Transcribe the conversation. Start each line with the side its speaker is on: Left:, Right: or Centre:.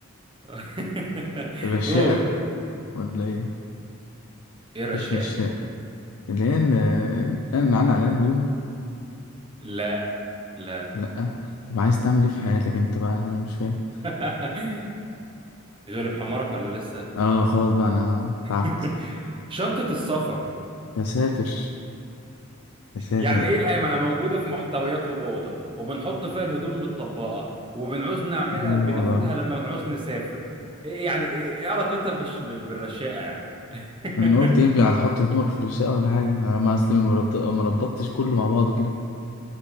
Right: <laughs>
Left: الرشاقة
Right: قول
Left: ولا ايه
Right: ايه الرشاقة
Left: مش رشاقة
Right: دي
Left: اللي هي ال- البتاع اللي معلق عليها الهدوم
Right: لا لا
Left: لا طب عايز تعمل ايه في حياتك انت بقى انا مش فاهم
Right: <laughs> غلب حمارك ولا لسه
Left: اه خلاص بقى انا تعبت
Right: <laughs> شنطة السفر
Left: يا ساتر يا ساتر
Right: يعني
Left: يا
Right: ايه
Left: رب
Right: اللي ما هي موجودة في محتويات الأوضة وبنحط فيها الهدوم متطبقة وبنعوز نعملها
Left: اه
Right: بناخدها
Left: والله
Right: لما بنعوز نسافر إيه يعني ايه إيه علاقتها بالش... بال- بالرشاقة يعني <laughs>
Left: انا قلت يمكن هتحطه في دماغك في الشقه ولا حاجه انا ما اصلي ما مرت- ما ربطتش كله مع بعضه كده